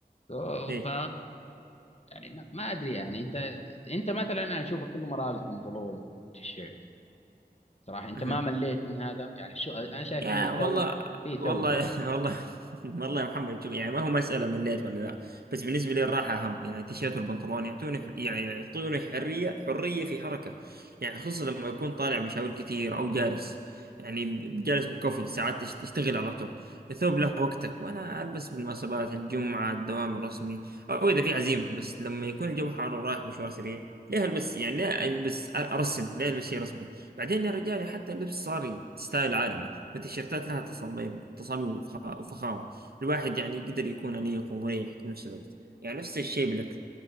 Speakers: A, on the left (about 40°); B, on the right (about 70°).
A: أوه،
B: ايه
A: ف يعني ما, ما ادري يعني انت انت مثلا انا اشوفك كله ملابس بنطلون وتيشيرت صراحة انت
B: أها.
A: ما مليت من هذا يعني شو انا شايف
B: يا
A: ان الثوب
B: والله
A: فيه ثوبة
B: والله <laughs> والله والله يا محمد شوف يعني ما هو مسألة مليت ولا لا بس بالنسبة لي الراحة أهم يعني التيشيرت والبنطلون يعطوني حر- يعني يعطوني حرية حرية في حركة يعني خصوصا لما أكون طالع مشاوير كثير أو جالس يعني ب- جالس بكوفي ساعات تشت- تشتغل على اللابتوب الثوب له وقته وأنا ألبس بالمناسبات الجمعة الدوام الرسمي أو إذا في عزيمة بس لما يكون الجو حار ورايح مشوار سريع ليه ألبس يعني ليه ألبس أرسم ليه ألبس شيء رسمي بعدين يا رجال حتى اللبس صار ستايل عالمي والتيشيرتات لها تصاميم تصاميم وفخ- وفخامة الواحد يعني يقدر يكون أنيق ومريح في نفس الوقت يعني نفس الشيء بالأكل